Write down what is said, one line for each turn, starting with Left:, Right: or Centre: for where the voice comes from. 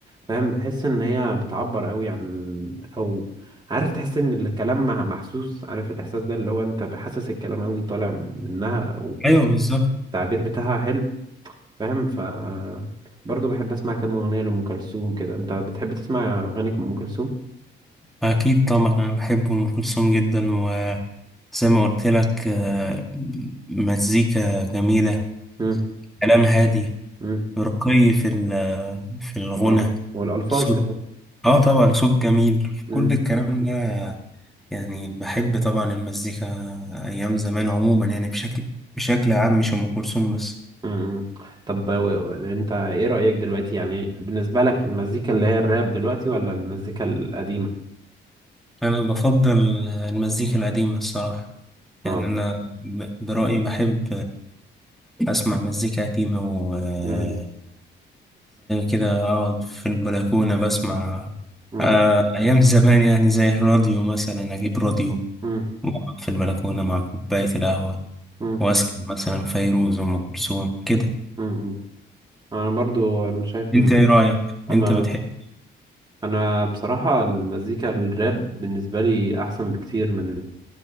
Right: فاهم بحس ان هي بتعبر قوي عن ال... او عارف تحس ان الكلام مع- محسوس عارف الاحساس ده اللي هو انت بحسس الكلام قوي طالع من منها
Centre: ايوه بالظبط
Right: والتعبير بتاعها حلو فاهم ف برضه بحب اسمع كام اغنيه لام كلثوم كده انت بتحب تسمع اغاني ام كلثوم
Centre: اكيد طبعا انا بحب ام كلثوم جدا وزي ما قلت لك آه، مزيكا جميله
Right: امم
Centre: كلام هادي
Right: امم
Centre: رقي في ال- في الغنى
Right: والأرض. والالفاظ
Centre: صوت
Right: كمان
Centre: اه طبعا صوت جميل
Right: امم
Centre: كل الكلام ده يعني بحب طبعا المزيكا ايام زمان عموما يعني بشكل بشكل عام مش ام كلثوم بس
Right: امم طب و- و- انت ايه رايك دلوقتي يعني بالنسبه لك المزيكا اللي هي الراب دلوقتي ولا المزيكا القديمه
Centre: انا بفضل المزيكا القديمه الصراحه
Right: اه
Centre: يعني انا ب- برأيي بحب اسمع مزيكا قديمة وزي
Right: امم
Centre: كده اقعد في البلكونة بسمع
Right: امم
Centre: آه، ايام زمان يعني زي الراديو مثلا اجيب راديو
Right: امم
Centre: واقعد في البلكونة مع كوباية القهوة
Right: امم
Centre: واسمع مثلا فيروز ام كلثوم كده
Right: امم انا برضو انا شايف
Centre: انت
Right: ان
Centre: ايه رأيك
Right: انا
Centre: انت بتحب
Right: انا بصراحه المزيكا الراب بالنسبه لي احسن بكتير من